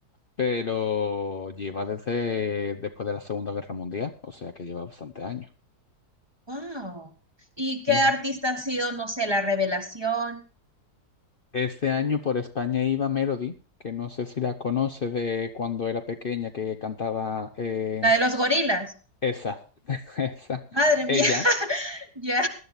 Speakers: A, on the left; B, on the right.
A: pero lleva desde después de la Segunda Guerra Mundial, o sea que lleva bastante años.
B: Wow. ¿Y qué
A: Ujú.
B: artista ha sido, no sé, la revelación?
A: Este año por España iba Melody, que no sé si la conoce de cuando era pequeña, que cantaba eh,
B: La de los gorilas.
A: esa, <laughs> esa,
B: Madre
A: ella,
B: mía, <laughs> ya.